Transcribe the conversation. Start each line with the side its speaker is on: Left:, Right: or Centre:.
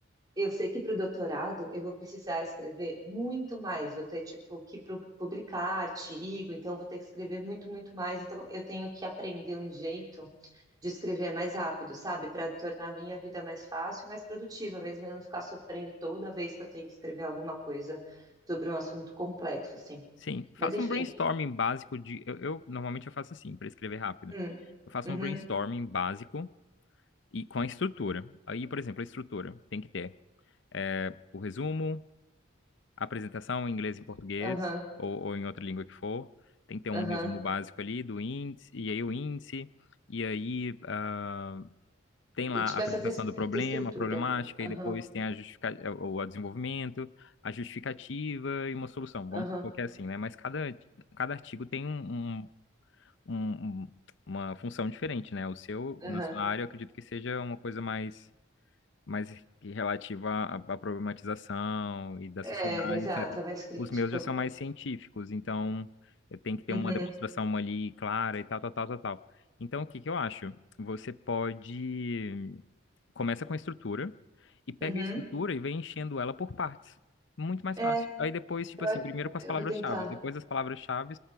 Right: Eu sei que para o doutorado eu vou precisar escrever muito mais, vou ter tipo que pu- publicar artigo, então eu vou ter que escrever muito, muito mais. Então eu tenho que aprender um jeito de escrever mais rápido, sabe? Para tornar a minha vida mais fácil e mais produtiva, mesmo eu não ficar sofrendo toda vez que eu tenho que escrever alguma coisa sobre um assunto complexo, assim.
Left: Sim, faça
Right: Mas enfim.
Left: um brainstorming básico de. Eu, eu- normalmente eu faço assim, para escrever rápido.
Right: Hum,
Left: Eu faço
Right: uhum,
Left: um brainstorming básico e com a estrutura. Aí, por exemplo, a estrutura tem que ter é, o resumo, a apresentação em inglês e em português,
Right: aham,
Left: ou, ou em outra língua que for. Tem que ter um
Right: aham.
Left: resumo básico ali do índice, e aí o índice, e aí. ah, Tem
Right: E,
Left: lá
Right: Tipo
Left: a apresentação
Right: essa, vis-
Left: do problema,
Right: essa estrutura.
Left: a problemática,
Right: Aham,
Left: e depois tem a justifica... é, o o desenvolvimento, a justificativa e uma solução. Vamos
Right: aham,
Left: supor que é assim, né? Mas cada, cada artigo tem um, um- um- um- uma função diferente, né? O seu,
Right: aham.
Left: na sua área, eu acredito que seja uma coisa mais, mais que relativa à, à problematização e da
Right: É,
Left: sociedade,
Right: exato,
Left: etc.
Right: é mais crítico.
Left: Os meus já são mais científicos, então eu tenho que ter
Right: Uhum,
Left: uma demonstração ali clara e tal, tal, tal, tal, tal. Então, o que que eu acho? Você pode. Começa com a estrutura e pega
Right: uhum.
Left: a estrutura e vem enchendo ela por partes. Muito mais
Right: É,
Left: fácil. Aí depois, tipo
Right: eu,
Left: assim,
Right: a-
Left: primeiro com as
Right: eu
Left: palavras-chave,
Right: vou tentar.
Left: depois as palavras-chave